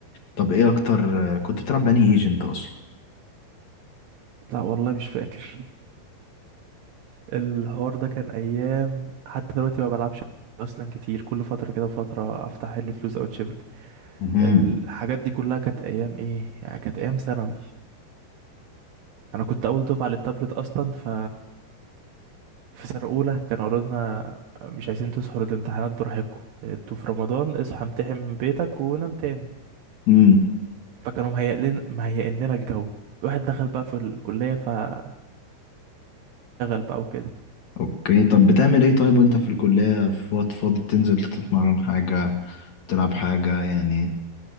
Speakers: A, on the left; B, on the right.
A: طب ايه اكتر آه، كنت بتلعب بأنهي ايجنت اصلا
B: لا والله مش فاكر الحوار ده كان ايام حتى دلوقتي ما بلعبش اصلا كتير كل فترة كده وفترة افتح هيلت لوز او تشيفرت
A: امم
B: الحاجات دي كلها كانت ايام ايه يعني كانت ايام ثانوي انا كنت اول دفعة للتابلت اصلا ف في سنة أولى كانوا قالوا لنا مش عايزين تسهروا الامتحانات براحتكم انتوا في رمضان اصحى امتحن من بيتك ونام تاني
A: امم
B: فكانوا مهيئين مهيئين لنا الجو الواحد دخل بقى في الكلية فانشغل بقى وكده
A: اوكي طب بتعمل ايه طيب وانت في الكلية في وقت فاضي بتنزل تتمرن حاجة تلعب حاجة يعني